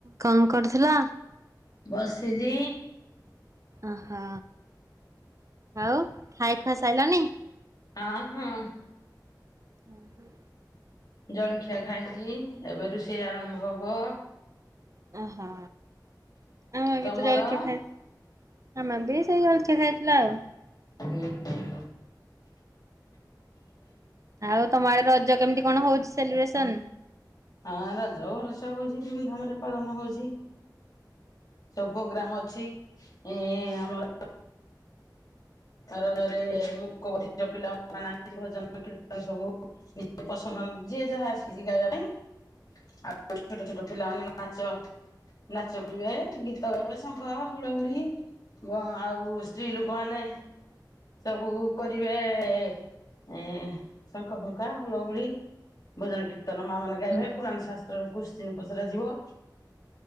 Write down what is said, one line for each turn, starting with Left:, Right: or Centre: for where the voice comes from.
Right: କଣ କରୁଥିଲ?
Left: ବସିଚି।
Right: ଓହୋ, ଆଉ ଖାଇ ଖୁଆ ସାଇଲନି?
Left: ହଁ, ହଁ।
Right: ହଁ, ହଁ।
Left: ଜଳିଖିଆ ଖାଇଚି, ଏବେ ରୁଷେଇ ଆରମ୍ଭ ହବ।
Right: ଓହୋ, ଆ ମୁଁ
Left: ତମର
Right: ବି ତ ଜଳଖିଆ ଖାଇ ଆମର ବି ସେଇ ଜଳଖିଆ ଖାଇଥିଲେ ଆଉ।
Left: <inaudible>
Right: ଆଉ ତୋମ ଆଡେ ରଜ କେମିତି କଣ ହଉଛି ସେଲିବ୍ରେସନ୍?
Left: ହଁ ରଜ ଭଲସେ ହଉଛି, ଧୁମଧାମ୍ ରେ ପାଳନ ହଉଛି। ସବୁ ପୋଗ୍ରାମ୍ ଅଛି ଇଁ, ଆମର ତାର ଗରେ <unintelligible> ମୁକ ବଧିର ପିଲା ନାହିଁ, <inaudible> ଭଜନ କୀର୍ତ୍ତନ ସବୁ ନି <inaudible> ପସନ୍ଦ <unintelligible> ଯିଏ ଯାହା ଆସିିକି ଯିବା <unintelligible>
Right: <inaudible>
Left: <inaudible> ଛୋଟ ଛୋଟ ପିଲମାନେ ନାଚ ନାଚୁଥିଲେ, ଗୀତ ଗାଇବେ ଶଙ୍ଖ, ହୁଳହୁଳି ଓ ଆଉ ସ୍ତ୍ରୀ ଲୋକମାନେ ସବୁ କରିବେ ଏ, ଶଙ୍ଖ ଫୁଙ୍କା ହୁଳହୁୁଳି। ଭଜନ କୀର୍ତ୍ତନ ମା ମାନେ ଗାଇବେ
Right: ହୁଁ।
Left: ପୁରାଣ ଶାସ୍ତ୍ରରୁ କୁଶ୍ଚେନ୍ ପଚରା ଯିବ।